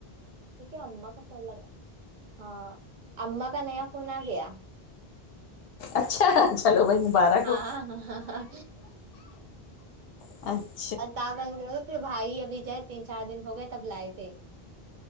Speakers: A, on the right (about 60°); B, on the left (about 70°).
A: ٹھیک ہے اما کا فون لگا ہاں امما کا نیا فون آگیا
B: اچھا چلو بھائی مبارک
A: ہاں
B: ہو
A: ہاں ہاں
B: اچھا
A: التا بن پھر بھائی اب جائے تین چار دن ہو گئے تب لائے تھے